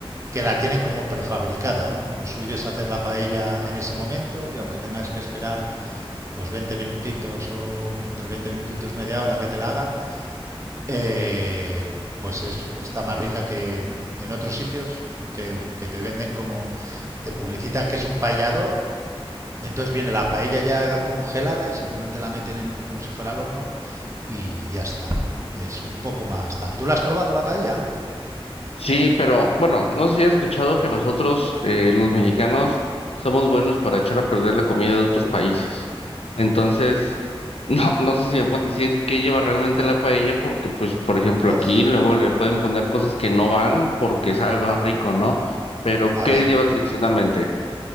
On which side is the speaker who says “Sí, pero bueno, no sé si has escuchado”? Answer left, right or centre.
Left